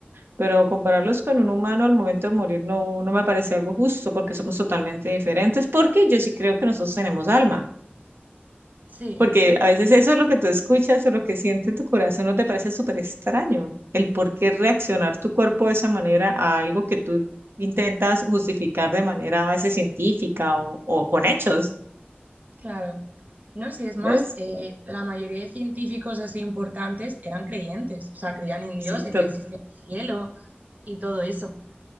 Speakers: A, on the right; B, on the right.
A: pero compararlos con un humano al momento de morir no, no me parece algo justo porque somos totalmente diferentes, porque yo sí creo que nosotros tenemos alma.
B: sí,
A: Porque a veces eso es lo que tú escuchas o lo que siente tu corazón, no te parece súper extraño. El por qué reaccionar tu cuerpo de esa manera a algo que tú intentas justificar de manera a veces científica o, o con hechos.
B: claro. No sé, es más,
A: ¿Ves?
B: eh, la mayoría de científicos así importantes eran creyentes, o sea, creían en Dios,
A: Sí,
B: en que existía un cielo y todo eso.